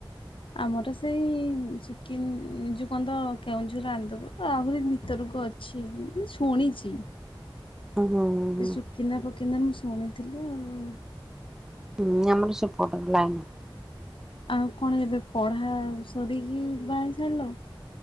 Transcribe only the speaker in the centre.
ହୁଁ ହୁଁ
ହୁଁ ଆମର ସେପଟ ଲାଇନ